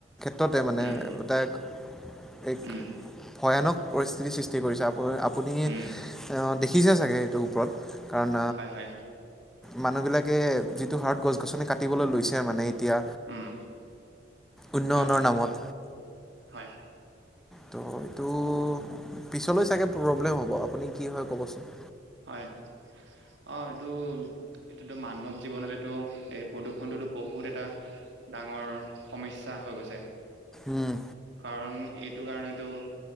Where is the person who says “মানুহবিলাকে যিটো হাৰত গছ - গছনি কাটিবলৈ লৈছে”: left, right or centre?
Centre